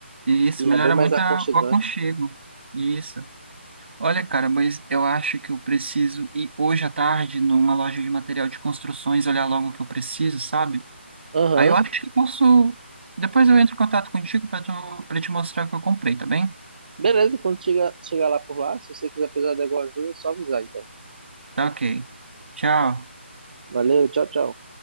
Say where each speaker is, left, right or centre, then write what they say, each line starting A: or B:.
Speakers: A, on the right; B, on the right.
A: Isso,
B: que
A: melhora
B: é bem mais
A: muito
B: aconchegante.
A: a- o aconchego. Isso. Olha, cara, mas eu acho que eu preciso ir hoje à tarde numa loja de material de construções olhar logo o que eu preciso, sabe?
B: Aham.
A: Aí eu acho que eu posso. Depois eu entro em contato contigo para tu... para te mostrar o que eu comprei, tá bem?
B: Beleza, quando chegar chega lá por lá, se você quiser precisar de alguma ajuda, é só avisar então.
A: Tá ok. Tchau.
B: Valeu, tchau, tchau.